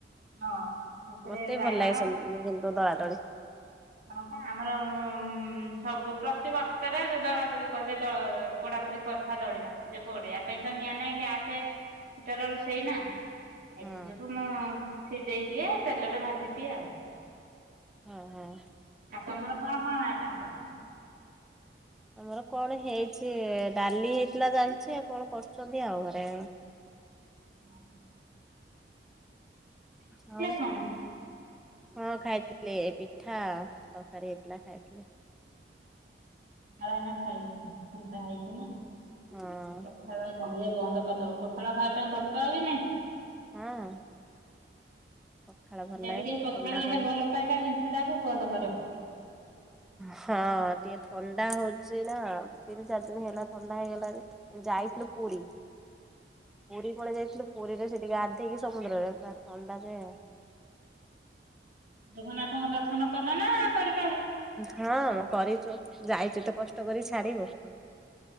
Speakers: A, on the right (about 50°); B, in the centre.
A: ହଁ। ସେଥିରେ
B: ମତେ ବି
A: ବାଇଗଣ
B: ଭଲ ଲାଗେ କିନ୍ତୁ ଦଳା ଦଳି।
A: କଣ ଆମର ଉ ସବୁ ପ୍ରତି ବଷରେ ଯ ଦଳାଦୋଳି କହିବେ ପୋଡାପୋଡି କରି। ା ଦଳିବା ଯେ କୁଆଡେଇଆ। ପାଇଁ ତ ନିଆ ନାଇଁ କି ଆସେ ଭିତର ରୋଷେଇ ନା ସେଥି
B: ହଁ
A: ଯୋଗୁ ମୁଁ। ସିଝେଇ ଦିଏ ତେଲରେ ଭାଜି ଦିଏ ଆଉ।
B: ହଁ ହଁ।
A: ଆପଣ ମୋର କଣ କଣ ଆଆଇଟମ କରିଥିଲେ?
B: ଆମର କଣ ହେଇଛି? ଡାଲି ହେଇଥିଲା ଜାଣିଛି ଆଉ କଣ କରୁଛନ୍ତି ଆଉ ଘରେ
A: ହଁ। <unintelligible>
B: ହଉ।
A: କଣ
B: ହଁ ଖାଇଥିଲେ ପିଠା ତରକାରୀ ହେଇଥିଲା ଖାଇଥିଲେ।
A: ପଖାଳ ଏଇନା ଖାଇବନି ଥଣ୍ଡା ହେଇଛି ନା।
B: ହଁ
A: ପଖାଳ ଏଇନା ବନ୍ଦ କରିଦବ, ପଖାଳ ଖାଇବା ପାଇଁ ଭଲ ପାଅ କି ନାଇଁ?
B: ହଁ। ପଖାଳ ଭଲ
A: ଟିକେ
B: ଲାଗେ
A: ପଖାଳ
B: ଥଣ୍ଡା ପାଇଁ
A: ହେଲ ଭଲ ପାଇବା ଜିନିଷ ଟାକୁ ବନ୍ଦ କର।
B: ହଁ ଟିକେ ଥଣ୍ଡା ହଉଛି ନା ତିନି ଚାରି ଦିନ ହେଲା ଥଣ୍ଡା ହେଇଗଲାଣି। ଯାଇଥିଲୁ ପୁରୀ। ପୁରୀ ପଳେଇ ଯାଇଥିଲୁ, ପୁରୀରେ ସେଠିକି ଗାଧେଇକି ସମୁଦ୍ରରେ ପୁରା ଥଣ୍ଡା ଯେ
A: ଜଗନ୍ନାଥଙ୍କ ଦର୍ଶନ କଲ ନା କରି
B: ହଁ ମୁଁ କରିଛୁ ଯାଇଛୁ ତ କଷ୍ଟ କରି ଛାଡିବୁ।